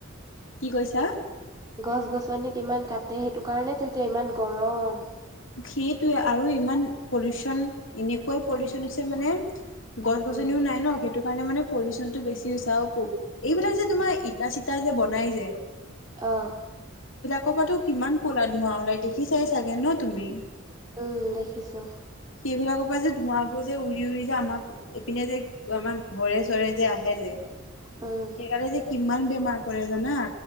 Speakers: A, on the left (about 70°); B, on the right (about 20°).
A: কি কৈছা
B: গছ গছনি কিমান কাটি। তাতে সেইটো কাৰণে তো এতিয়া ইমান গৰম।
A: সেইটোৱে আৰু ইমান পলিউচন এনেকুৱাই পলিউচন আছে মানে। গছ গছনিও
B: উম,
A: নাই ন সেইটো কাৰণে মানে। পলিউচন টো বেছি হৈছে আৰু পোক এইবিলাক যে তোমাৰ ইটা চিটা যে বনাই যে।
B: আহ
A: কাতো কিমান কলা ধোবা ওলাই দেখি চাই চাগে। তুমি
B: উম, দেখিছো,
A: সেইবিলাকৰ পৰা যে ধোঁৱাবোৰ। যে উৰি উৰি যে আমাক এইপিনে যে আমাৰ ঘৰে চৰে যে আহে যে।
B: উম,
A: সেইকাৰণে যে কিমান বেমাৰ কৰে জানো। নাহ।